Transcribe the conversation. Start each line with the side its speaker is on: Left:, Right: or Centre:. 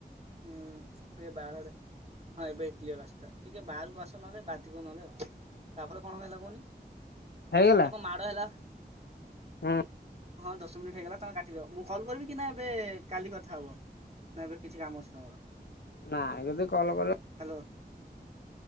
Right: ହୁଁ ଏ ବାରଆଡ଼େ ହଁ ଏବେ କ୍ଲିୟର ଆସିଲା। ଟିକେ ବାହାରକୁ ଆସ ନହେଲେ ବାଧିବ ନହେଲେ ଆଉ। ତାପରେ କଣ ହେଲା କୁହନି?
Left: ହେଇଗଲା
Right: ତାକୁ ମାଡ ହେଲା।
Left: ହୁଁ।
Right: ହଁ ଦଶ ମିନିଟ୍ ହେଇଗଲା, ତମେ କାଟିଦବ। ମୁଁ କଲ୍ କରିବି କି ନା ଏବେ କାଲି କଥା ହବ? ନାଁ ଏବେ କିଛି କାମ ଅଛି ତମର?
Left: ନାଇଁ ଯଦି କଲ କରିବ
Right: ହ୍ୟାଲୋ।